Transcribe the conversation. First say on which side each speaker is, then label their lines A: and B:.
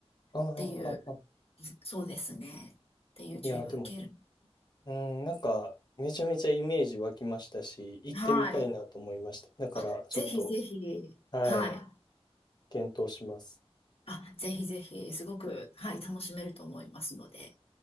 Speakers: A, on the left; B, on the left.
A: ああ、
B: っていう、
A: はは。
B: そうですね。っていう注意は受ける。
A: いや、でも、うーん、なんか、めちゃめちゃイメージ湧きましたし、行ってみたいなと思いました。
B: はい。
A: だから、
B: あ、
A: ちょっと、
B: ぜひぜひ。
A: はい、
B: はい。
A: 検討します。
B: あ、ぜひぜひ、すごく、はい、楽しめると思いますので。